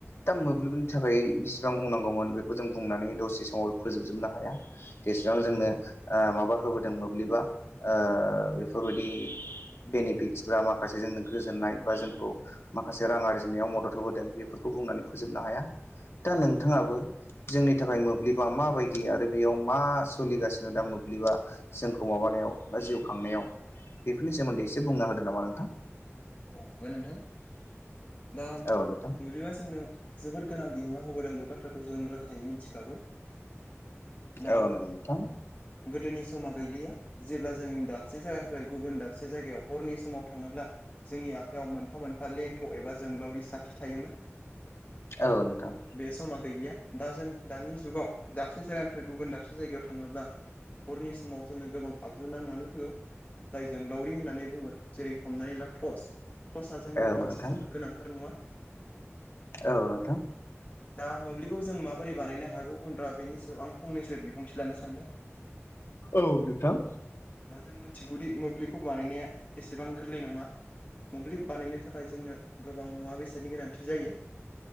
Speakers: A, on the left; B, on the left.
A: दा मोब्लिबनि थाखाय बेसेबां बुंनांगौमोन बेखौ जों बुंनानै दसे समाव फोजोबजोबनो हाया। जेसेबां जोंनो ओ माबा होबोदों मोब्लिबा ओ बेफोरबायदि बेनिफिटस बा माखासे जोंनो गोजोननाय बा जोंखौ माखासे रां आरजिनायाव मदद होबोदों बेफोरखौ बुंनानै फोजोबनो हाया दा नोंथाङाबो जोंनि थाखाय मोब्लिबा माबायदि आरो बेयाव मा सोलिगासिनो दा मोब्लिबा जोंखौ माबानायाव बा जिउ खांनायाव बेफोरनि सोमोन्दै एसे बुंना होदो नामा नोंथां।
B: औ फंबाय नोंथां, दा मोब्लिबा
A: औ नोंथां
B: जोंनो जोबोर गोनां बिहोमा होबोदों बे बाथ्राखौ जों रोखायै मिथिखागौ। दा
A: औ नोंथां।
B: गोदोनि समा गैलिया, जेब्ला जों दाबसे जायगानिफ्राय गुबुन दाबसे जायगायाव हरनि समाव थाङोब्ला जोंनि आखायाव मोनफा मोनफा लेन्थ' एबा जोंब्लावरि साथि थायोमोन।
A: औ नोंथां।
B: बे समा गैलिया दा जों दानि जुगाव दाबसे जायगानिफ्राय गुबुन दाबसे जायगायाव थाङोब्ला हरनि समाव जोंनो गोबां आगजु नांनानै फैयो, जाय जोंलावरि होननानै बुंगोन जेरै हमनानै ला टर्स। टर्सआ जोंनि
A: औ
B: मोनसे
A: नोंथां
B: जोबोद गोनांथार मुवा।
A: औ नोंथां।
B: दा मोब्लिबखौ जों माबोरै बानायनो हागौ होनब्ला बेनि सायाव आं फंनैसो बिबुंथि लानो सानदों।
A: औ नोंथां।
B: दा जों मिथिगौदि मोब्लिखौ बानायनाया एसे सेबां गोरलै नङा मोब्लिब बानायनो थाखाय जोंनो गोबां मुवा बेसादनि गोनांथि जायो।